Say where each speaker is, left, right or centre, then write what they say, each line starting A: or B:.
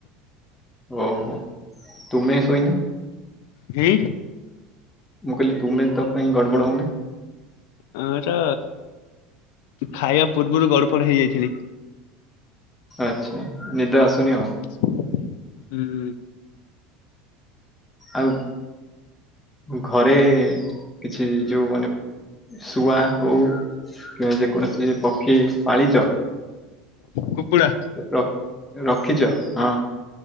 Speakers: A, on the left; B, on the left.
A: ଓହୋ ତୁମେ ଶୋଇନା।
B: ହୁଁ
A: ମୁଁ କହିଲି ତୁମେ ତ କାହି ଗଡ଼ବଡ଼ ହଉ
B: ଆଁ ର ଖାଇବା ପୂର୍ବରୁ ଗଡପଡ ହେଇଯାଇଥିଲି।
A: ଆଛା ନିଦ ଆସୁନି ଆଉ।
B: ହୁଁ
A: ଆଉ ଘରେ କିଛି ଯୋଉ ମାନେ ଶୁଆ ହଉ କିମ୍ବା ଯେକୌଣସି ପକ୍ଷୀ ପାଳିଛ
B: କୁକୁଡ଼ା
A: ରକ ରଖିଛ ହଁ